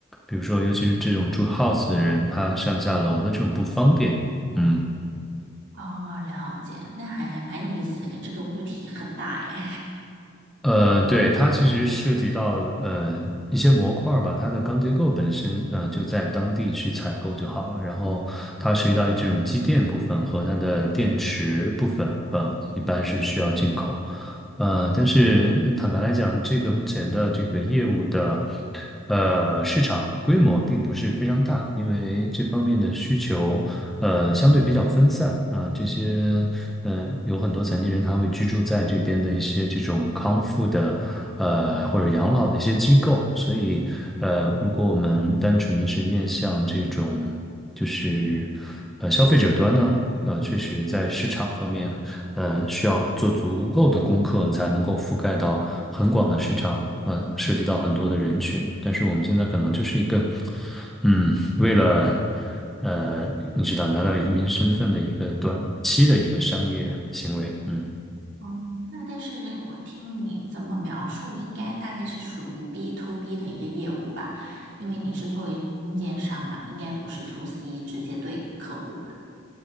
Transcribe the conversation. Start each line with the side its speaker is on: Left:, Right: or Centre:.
Centre: 比如说尤其是这种住 house 的人，他上下楼的这种不方便。嗯。
Right: 哦，了解，那还蛮有意思的，这个物体很大诶。
Centre: 呃，对，它其实涉及到呃一些模块儿吧，它的钢结构本身呃就在当地去采购就好了。然后它涉及到这种机电部分和它的电池部分，呃，一般是需要进口。呃，但是嗯坦白来讲，这个目前的这个业务的呃市场规模并不是非常大，因为这方面的需求呃相对比较分散啊，这些嗯，有很多残疾人他会居住在这边的一些这种康复的呃或者养老的一些机构，所以呃如果我们单纯的是面向这种。就是呃消费者端呢，呃确实在市场方面，呃需要做足够的功课，你才能够覆盖到很广的市场，嗯、涉及到很多的人群。但是我们现在可能就是一个，嗯，为了呃你知道拿到移民身份的一个短期的一个商业行为，嗯。
Right: 嗯，那但是我听你这么描述，应该大概是属于 B to B 的一个业务吧，因为你是作为中间商嘛，应该不是 to C 直接对客户吧？